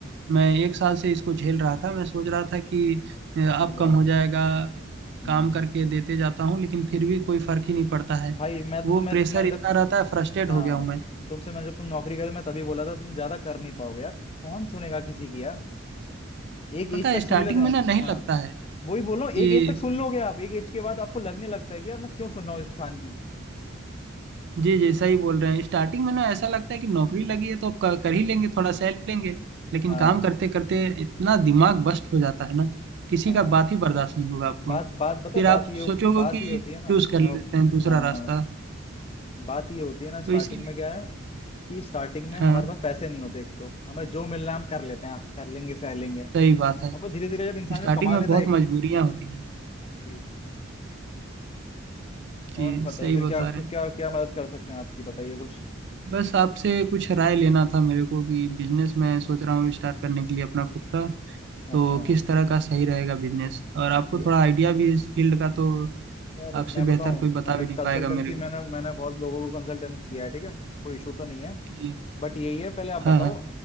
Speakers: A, on the right; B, on the left.
A: मैं एक साल से इसको झेल रहा था मैं सोच रहा था कि अ,
B: समझ
A: अब
B: रहा
A: कम
B: हूँ
A: हो जाएगा
B: हम्म,
A: काम करके देते जाता हूँ लेकिन फिर भी कोई फर्क ही नहीं पड़ता है
B: भाई मैं तो
A: वो
B: तुम्हें
A: प्रेशर
B: तुम्हें
A: इतना
B: जब
A: रहता है फ्रस्ट्रेट
B: हाँ
A: हो गया हूँ मैं
B: तुमसे मैं जब तुम नौकरी करे मैं तभी बोला था तुम ज्यादा कर नहीं पाओगे यार कौन सुनेगा किसी की यार एक
A: पता
B: एज
A: है
B: तक
A: स्टार्टिंग
B: सुन लेते हैं
A: में ना नहीं
B: हाँ
A: लगता है
B: वही बोल
A: कि
B: रहा हूँ एक एज तक सुन लोगे आप एक एज के बाद आपको लगने लगता है कि यार मैं क्यों सुन रहा हूँ इस इंसान की
A: जी जी सही बोल रहे हैं स्टार्टिंग में ना ऐसा लगता है कि नौकरी लगी है तो अब कर, कर ही लेंगे थोड़ा सह लेंगे लेकिन
B: हाँ
A: काम करते करते इतना दिमाग बस्ट हो जाता है ना किसी
B: हाँ
A: का बात ही बर्दाश्त नहीं होगा आपको
B: बात बात बता
A: फिर आप
B: बात ये
A: सोचोगे
B: बात
A: कि
B: ये होती है ना
A: चूज कर
B: मैं
A: लेते हैं दूसरा
B: हाँ हाँ
A: रास्ता
B: बात ये होती है ना स्टार्टिंग
A: तो इसीलिए
B: में क्या है कि स्टार्टिंग में
A: हाँ
B: हमारे पास पैसे नहीं होते एक तो हमें जो मिलना है हम कर लेते हैं हाँ, कर लेंगे सह लेंगे
A: सही बात है
B: अब वो धीरे धीरे जब इंसान
A: स्टार्टिंग
B: जब कमा
A: में
B: लेता
A: बहुत
B: है एक
A: मजबूरियां होती हैं
B: जी जी जी
A: जी
B: और बताइए
A: सही
B: फिर
A: बता
B: क्या फिर
A: रहे हैं
B: क्या क्या मदद कर सकते हैं आपकी बताइए कुछ
A: बस आपसे कुछ राय लेना था मेरे को कि बिजनेस मैं सोच रहा हूँ स्टार्ट करने के लिए अपना खुद का तो
B: अच्छा
A: किस तरह का सही रहेगा बिजनेस और आपको
B: ये
A: थोड़ा आइडिया भी है इस फील्ड का तो
B: यार
A: आपसे
B: मैं
A: बेहतर
B: बताऊं
A: कोई बता
B: मैंने
A: भी
B: कंसल्टेंसी
A: नहीं पाएगा मेरे को
B: मैंने मैंने बहुत लोगों को कंसल्टेंट किया है ठीक है कोई इशू तो नहीं है
A: जी
B: बट यही है पहले आप बताओ
A: हाँ हाँ